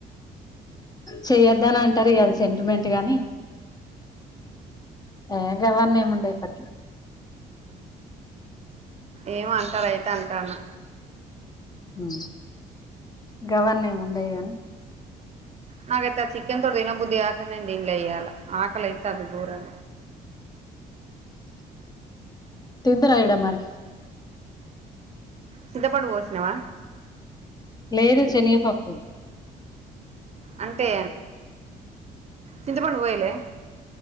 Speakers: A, on the left; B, on the right.
A: చేయొద్దని అంటారు కదుా సెంటిమెంట్ గాని ఏ గవాన్న ఏముండయి పట్
B: ఏమ అంటారు అయితే అంటారు
A: అ గవర్న్న ఏమి ఉండేయి గాని
B: నాగైతే ఆ చికెన్ తోడు దిన బుద్ధి ఆకనే దన్లే అయ్యాల ఆకలైత అది బఊరం
A: తిందరాయిడ మరి
B: చింత పడు పోసినవా
A: లేదు శనియపప్పు
B: అంటే చింతపండు పోయలే